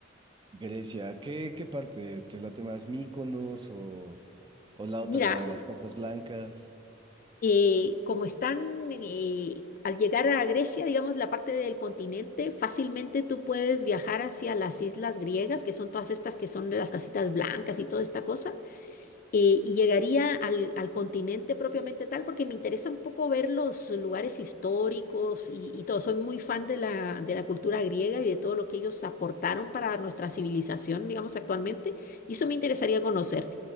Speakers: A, on the right; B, on the left.
A: Grecia, ¿qué, qué parte? ¿Te late más Mykonos o, o la otra,
B: Mira,
A: la de las Casas Blancas?
B: eh, como están eh, al llegar a Grecia, digamos, la parte del continente, fácilmente tú puedes viajar hacia las islas griegas, que son todas estas que son de las casitas blancas y toda esta cosa. eh, y llegaría al, al continente propiamente tal, porque me interesa un poco ver los lugares históricos y, y todo. Soy muy fan de la, de la cultura griega y de todo lo que ellos aportaron para nuestra civilización, digamos, actualmente, y eso me interesaría conocer.